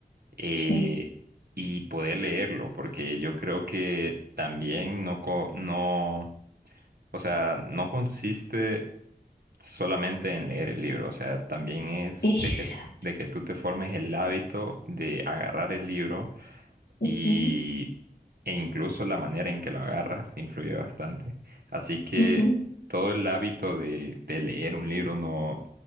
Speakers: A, on the right; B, on the left.
A: eh,
B: sí,
A: y poder leerlo, porque yo creo que también no, co- no, o sea, no consiste solamente en leer el libro, o sea, también es
B: esa,
A: de que, de que tú te formes el hábito de agarrar el libro
B: ujú,
A: y e incluso la manera en que lo agarras influye bastante. Así que
B: ujú,
A: todo el hábito de, de leer un libro no,